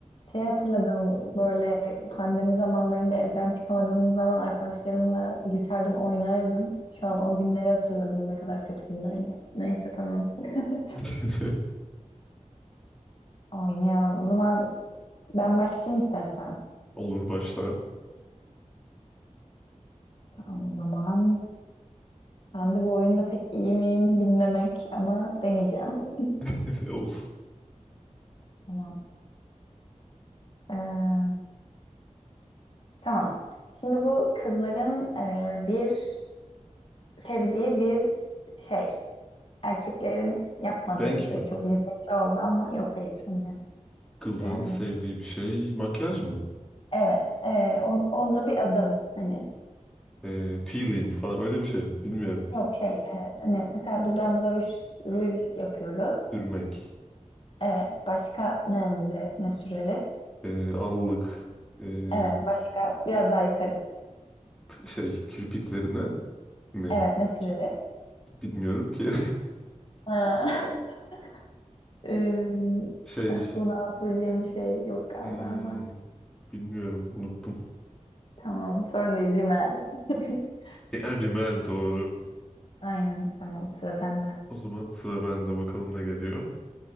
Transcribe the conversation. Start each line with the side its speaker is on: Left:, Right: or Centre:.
Left: Şey hatırladım böyle pandemi zamanlarında evden çıkamadığım zaman arkadaşlarımla bilgisayardan oynardım. Şu an o günleri hatırladım ne kadar kötü günlerdi. Neyse tamam. <laughs>
Centre: <laughs>
Left: Oynayalım. O zaman ben başlayayım istersen.
Centre: Olur başla.
Left: Tamam o zaman. Ben de bu oyunda pek iyi miyim bilmemek ama deneyeceğim. <laughs>
Centre: <laughs> Olsun.
Left: Tamam. Ee, tamam. Şimdi bu kızların e, bir sevdiği bir şey. Erkeklerin yapmadığı
Centre: Renk
Left: bir şey.
Centre: mi?
Left: Çok cinsiyetçi oldu ama yok hayır. Hani,
Centre: Kızların
Left: e,
Centre: sevdiği bir şey. Makyaj mı?
Left: evet. e, on- onda bir adım. Hani
Centre: Ee, peeling falan öyle bir şey mi? Bilmiyorum.
Left: yok şey. e, hani mesela dudağımıza ruj, ruj yapıyoruz.
Centre: Sürmek.
Left: Evet. Başka neyimize ne süreriz?
Centre: Ee, allık. Ee,
Left: Evet. Başka biraz daha yukarı.
Centre: t- şey kirpiklerine mi?
Left: Evet. Ne süreriz?
Centre: Bilmiyorum ki.
Left: Ha. <laughs> Ee,
Centre: <laughs> Şey,
Left: başka bunu anlatabileceğim bir şey yok galiba
Centre: hmm,
Left: zaten.
Centre: bilmiyorum, unuttum.
Left: Tamam, sorun değil Cimel. <laughs>
Centre: E, Yani Rimmel doğru.
Left: Aynen, tamam sıra sende.
Centre: O zaman sıra bende bakalım ne geliyor.